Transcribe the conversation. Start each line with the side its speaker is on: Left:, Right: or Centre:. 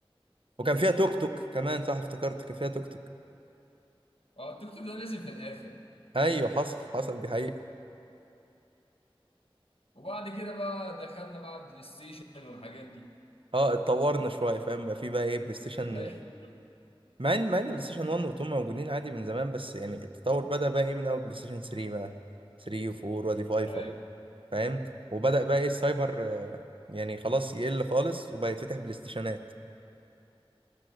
Right: وكان فيها توك توك كمان صح افتكرت كان فيها توك توك
Left: اه التيك توك ده نزل في الاخر
Right: ايوه حصل حصل دي حقيقه
Left: وبعد كده بقى دخلنا بقى بلاي ستيشن والحاجات دي
Right: اه اتطورنا شويه فاهم بقى في بقى ايه بلاي ستيشن
Left: <laughs>
Right: مع ان مع ان بلاي ستيشن 1 و2 موجودين عادي من زمان بس يعني التطور بدأ بقى ايه من اول بلاي ستيشن 3 بقى 3 و4 وادي 5
Left: ايوه
Right: أهو، فاهم وبدأ بقى ايه السايبر آه، يعني خلاص يقل خالص وبقى يتفتح بلاي ستيشنات